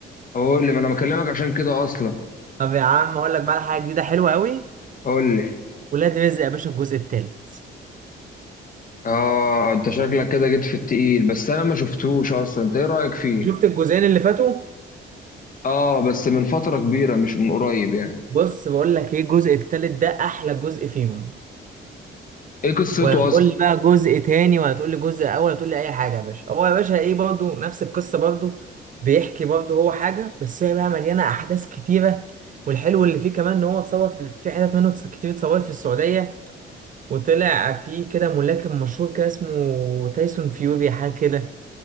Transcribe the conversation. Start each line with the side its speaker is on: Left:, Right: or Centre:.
Left: قول لي ما انا بكلمك عشان كده اصلا
Right: طب يا عم اقول لك بقى على حاجه جديده حلوه قوي
Left: قول لي
Right: ولاد رزق يا باشا الجزء الثالث
Left: اه انت شكلك كده جيت في التقيل بس انا ما شفتوش اصلا انت ايه رايك فيه
Right: شفت الجزئين اللي فاتوا
Left: اه بس من فتره كبيره مش من قريب يعني
Right: بص بقول لك ايه الجزء الثالث ده احلى جزء فيهم
Left: ايه قصته
Right: وهتقول
Left: اصلا
Right: لي بقى جزء تاني وهتقول لي جزء اول هتقول لي اي حاجه يا باشا هو يا باشا ايه برضو نفس القصه برضو بيحكي برضو هو حاجه بس هي بقى مليانه احداث كتيره والحلو اللي فيه كمان ان هو اتصور في في حتت منه كتير اتصورت في السعوديه وطلع فيه كده ملاكم مشهور كده اسمه تايسون فيوري حاجه كده